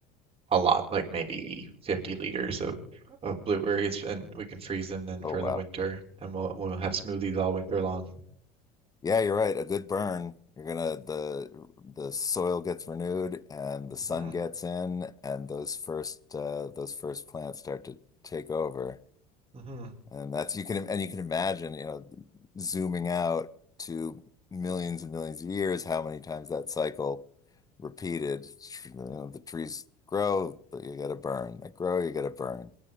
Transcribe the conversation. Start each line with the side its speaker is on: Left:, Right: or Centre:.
Right: a lot, like maybe 50 liters of of blueberries, and we can freeze them then for
Left: Oh, wow.
Right: the winter, and we'll we'll have smoothies all winter long.
Left: Yeah, you're right. A good burn. You're gonna the the soil gets renewed and the sun
Right: hmm
Left: gets in and those first uh, those first plants start to take over.
Right: hmm
Left: And that's you can and you can imagine, you know, zooming out to millions and millions of years, how many times that cycle repeated. You know, the trees grow, but you gotta burn. They grow, you gotta burn.